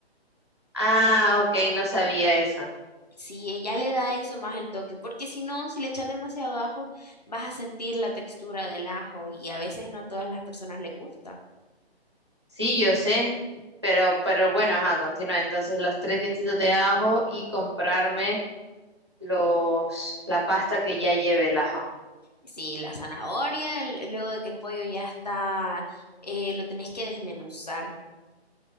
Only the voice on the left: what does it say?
Sí, ella le da eso más el toque, porque si no, si le echas demasiado ajo, vas a sentir la textura del ajo y a veces no a todas las personas le gusta.
Sí, la zanahoria, el- luego de que el pollo ya está, eh, lo tenés que desmenuzar.